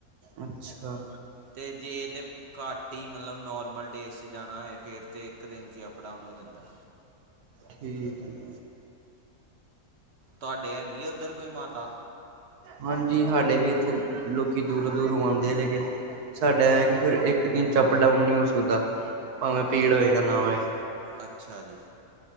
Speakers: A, on the right; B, on the right.
A: ਅੱਛਾ
B: ਤੇ ਜੇ ਤੇ ਘੱਟ ਈ ਮਤਲੱਬ ਨੋਰਮਲ ਡੇਜ਼ 'ਚ ਜਾਨਾ ਹੈਏ ਫਿਰ ਤੇ ਇੱਕ ਦਿਨ ਚ ਹੀ ਅਪ ਡਾਊਨ ਹੋ ਜਾਂਦਾ।
A: ਠੀਕ, ਹੈ।
B: ਤੁਹਾਡੇ ਹੈਗੀ ਆ ਉੱਧਰ ਕੋਈ ਮਾਤਾ,
A: ਹਾਂਜੀ, ਸਾਡੇ ਵੀ ਇੱਥੇ ਲੋਕੀ ਦੂਰੋਂ ਦੂਰੋਂ ਆਉਂਦੇ ਆ ਲੇਕਿਨ, ਸਾਡਾ ਇਹ ਕਿ ਫਿਰ ਇੱਕ ਦਿਨ ਚ ਅਪ ਡਾਊਨ ਨਹੀਂ ਹੋ ਸਕਦਾ, ਭਾਵੇਂ ਭੀੜ
B: ਅੱਛ-
A: ਹੋਏ ਜਾਂ ਨਾ ਹੋਏ,
B: ਅੱਛਾ ਜੀ।